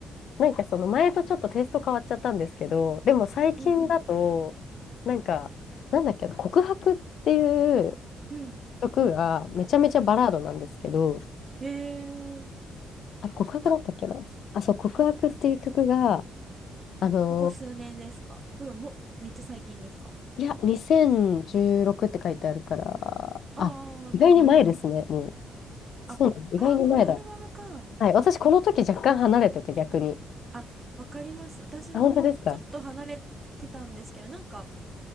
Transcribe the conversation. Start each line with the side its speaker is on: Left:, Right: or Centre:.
Left: なんかその前とちょっとテイスト変わっちゃったんですけど、でも最近だと、
Right: うんうん
Left: なんか、なんだっけな、告白っていう
Right: うん
Left: 曲がめちゃめちゃバラードなんですけど、
Right: うんへえ
Left: あれ告白だったっけなあ、そう、告白っていう曲が、あの
Right: ここ数年ですかそれとももめっちゃ最近ですか
Left: いや、2016って書いてあるから、
Right: ああーなるほど
Left: あ、意外に前ですね、もう。
Right: ああーこのアルバムか
Left: そうなの、意外に前だ。はい、私この時若干離れてて逆に。
Right: あわかります私もちょっと離れてたんですけどなんか
Left: あ、本当ですか